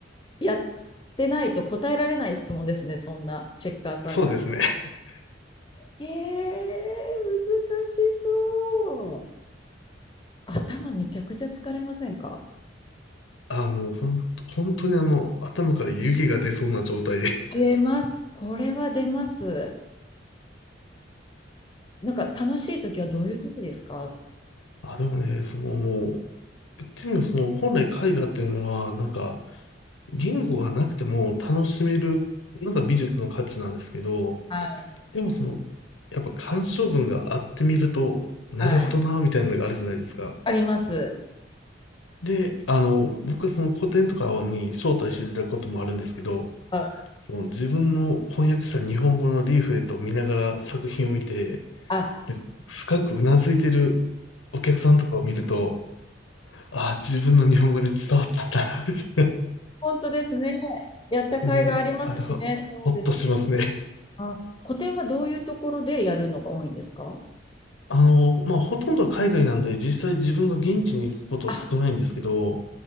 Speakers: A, on the left (about 25°); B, on the left (about 90°).
A: やってないと答えられない質問ですね、そんなチェッカーさんから。
B: そうですね。<laughs>
A: えー、難しそう。頭めちゃくちゃ疲れませんか
B: あ、もうほん、本当にあの、頭から湯気が出そうな状態です。
A: 出ます。これは出ます。なんか楽しい時はどういう時ですかあー、
B: あ、でもね、そのもう、言ってみればその本来絵画っていうのは、なんか、言語がなくても楽しめるのが美術の価値なんですけど、
A: はい。
B: でもその、やっぱ鑑賞文があってみると、なるほどな、
A: はい。
B: みたいなのがあるじゃないですか。
A: あります。
B: で、あの、僕はその古典とかに招待していただくこともあるんですけど、
A: はい
B: その自分の翻訳した日本語のリーフレットを見ながら作品を見て、
A: あ、
B: なんか深くうなずいてるお客さんとかを見ると、ああ、自分の日本語で伝わったんだな、みたいな。
A: 本当ですね。やった甲斐がありますしね、
B: もう、あれは、
A: そうです。
B: ほっとしますね。
A: あ、個展はどういうところでやるのが多いんですか？
B: あの、まあ、ほとんどは海外なんで、実際自分が現地に行くことは少ないんですけど、
A: あ、